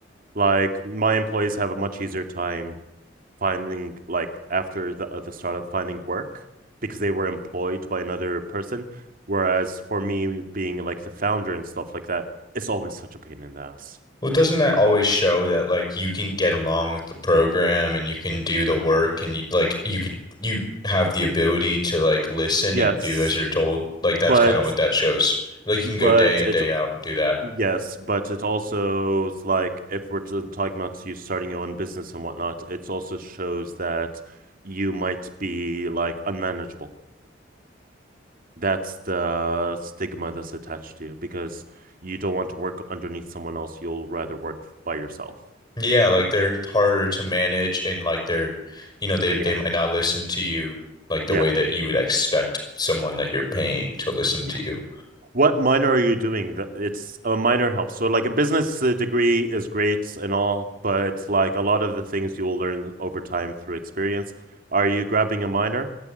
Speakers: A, on the right (about 50°); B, on the left (about 25°).
A: Like my employees have a much easier time finding like after the uh, the startup finding work because they were employed by another person. Whereas for me, being like the founder and stuff like that, it's always such a pain in the ass.
B: Well, doesn't that always show that like you can get along with the program and you can do the work and you like you could you have the ability to like listen
A: Yes,
B: and do as you're told? Like that's
A: but
B: kind of what that shows. Like you
A: but
B: can go day in,
A: it
B: day out and do that.
A: yes, but it also it's like if we're t- talking about you starting your own business and whatnot, it also shows that you might be like unmanageable. That's the stigma that's attached to you because you don't want to work underneath someone else. You'll rather work by yourself.
B: Yeah,
A: Or
B: like they're harder to manage and like they're, you know, they
A: yeah,
B: they might not listen to you like the
A: yeah,
B: way that you would expect someone that you're paying to listen
A: yeah.
B: to you.
A: What minor are you doing? The- It's a minor helps. So like a business uh, degree is great and all, but like a lot of the things you will learn over time through experience. Are you grabbing a minor?